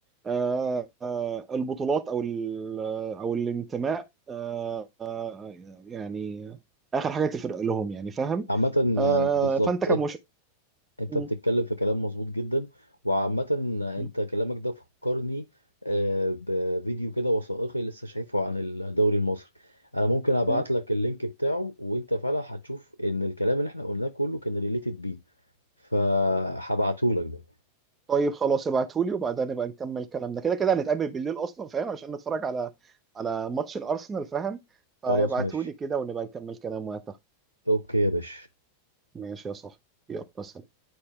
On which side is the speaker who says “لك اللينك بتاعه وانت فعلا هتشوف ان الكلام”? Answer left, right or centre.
Left